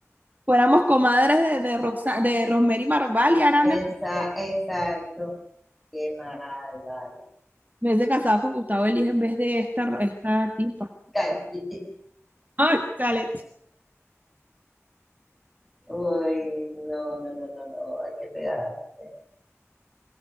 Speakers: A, on the right; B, in the centre.
A: fuéramos comadres de, de, Roxa- de Rosemary Marval y Aranda,
B: Esa, exacto. Qué mal, vale.
A: me hubiese casado con Gustavo Elige en vez de esta, esta tipa.
B: <laughs> Casi.
A: Ah, chale, chale,
B: Uy, no, no, no, no, no. Hay que pegarse.